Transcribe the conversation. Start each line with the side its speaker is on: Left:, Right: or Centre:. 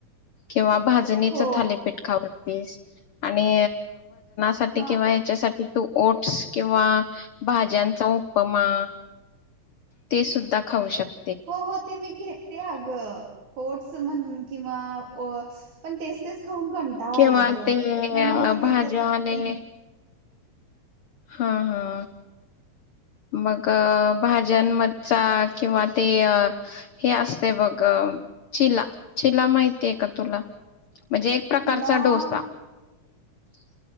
Left: किंवा भाजणीचं
Right: हो
Left: थालेपीठ खाव वीस आणि साठी
Right: हा
Left: किंवा याच्यासाठी त तू ओट्स किंवा भाज्यांचा उपमा ते सुद्धा खाऊ शकत
Right: हो हो ते मी घेत ते अ ग होटस म्हण किंवा पण तेच तेच खाऊन कंटाळालाय
Left: किंवा
Right: ग
Left: ते
Right: मग म्हटलं
Left: भाज्या
Right: काहीतरी
Left: आणि हा हा मग भाज्यां मचा किंवा ते हे असतंय बघ चिला चिला माहितीय का तुला? म्हणजे एक प्रकारचा
Right: तिला
Left: डोसा. <inaudible>